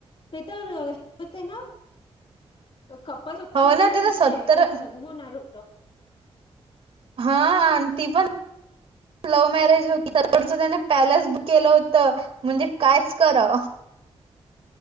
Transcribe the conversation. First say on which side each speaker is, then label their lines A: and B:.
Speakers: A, on the left; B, on the right.
A: ते तर हो ते ना कपल होते
B: हो
A: ना
B: त्याचा
A: म्हणज
B: सत्तर
A: त्यांच लग्न होणार होत.
B: हा आणि ती पण लव्ह मॅरेज होती तोडचं त्याने पॅलेस बुक केलं होत म्हणजे कायच करा